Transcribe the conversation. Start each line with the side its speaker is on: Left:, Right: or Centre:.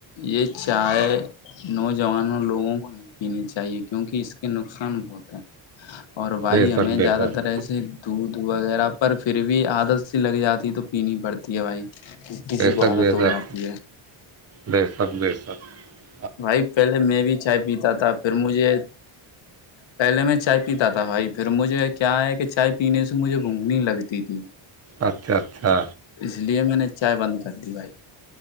Left: یہ چائے نوجوانوں لوگوں کو نہیں پینی چاہیے کیونکہ اس کے نقصان بہت ہیں اور بھائی
Right: بے
Left: ہمیں
Right: شک بے
Left: زیادہ
Right: شک
Left: تر ای سے دودھ وغیرہ پر پھر بھی عادت سی لگ جاتی تو پینی پڑتی ہے بھائی کسی
Right: بزار
Left: عادت ہو جاتی ہے
Right: د سبب <unintelligible> س <unintelligible>
Left: بھائی پہلے میں بھی چائے پیتا تھا پھر مجھے پہلے میں چائے پیتا تھا بھائی پھر مجھے کیا ہے کہ چائے پینے سے مجھے گھونگنی لگتی تھی
Right: اچھا اچھا
Left: اس لیے میں نے چائے بند کر دی بھائی